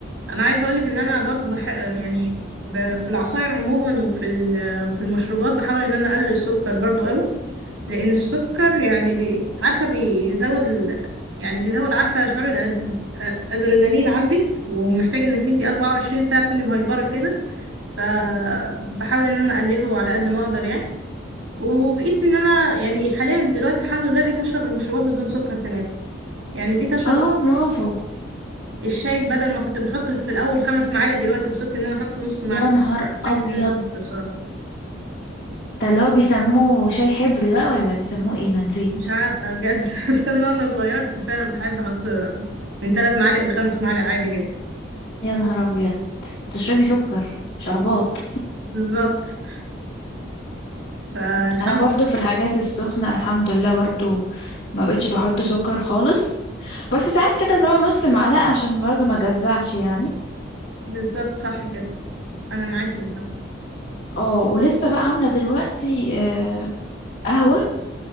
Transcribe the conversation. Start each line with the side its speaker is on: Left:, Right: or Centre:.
Right: انا عايزه اقولك ان انا برضو بح... يعني ب... في العصاير عموما وفي ال... وفي المشروبات بحاول ان انا اقلل السكر برضو قوي لان السكر يعني بي... عارفه بيزود ال... يعني بيزود عارفه شعور الأد... الادرينالين عندك ومحتاج انك انت 24 ساعه تكوني مهيبره كده فبحاول ان انا اقلله على قد ما اقدر يعني وبقيت ان انا يعني حاليا دلوقتي الحمد لله بقيت اشرب المشروبات بدون سكر تماما يعني بقيت اشرب
Left: اه برافو
Right: الشاي بدل ما كنت بحط في الاول خمس معالق دلوقتي وصلت ان انا احط نص معلقه
Left: يا نهار
Right: حاجه
Left: ابيض
Right: كده بصراحه
Left: ده اللي هو بيسموه شاي حبر ده ولا بيسموه ايه ده نسيت
Right: مش عارفه بجد <laughs> بس انا وانا صغيره كنت فعلا بحب احط من ثلاث معالق لخمس معالق عادي جدا
Left: يا نهار ابيض تشربي سكر شربات
Right: بالظبط فالحمد
Left: انا برضو في الحاجات السخنة الحمد لله برضو ما بقتش بحط سكر خالص بس ساعات كده اللي هو نص معلقة عشان برضو ما جزعش يعني
Right: بالظبط صح كده انا معاكم بقى.
Left: اه ولسه بقى عاملة دلوقتي آه، قهوة